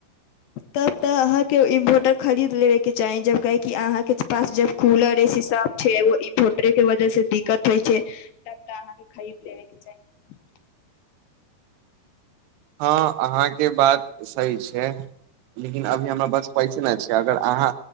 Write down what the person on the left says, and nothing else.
तब तऽ अहाँके इन्वर्टर खरीद लेबे के चाही जब काहे कि अहाँके पास जब कूलर एसी सब छै एगो इन्वर्टरे के वजह से दिक्कत होइ छै तब तऽ अहाँके खरीद लेबे के चाही <inaudible>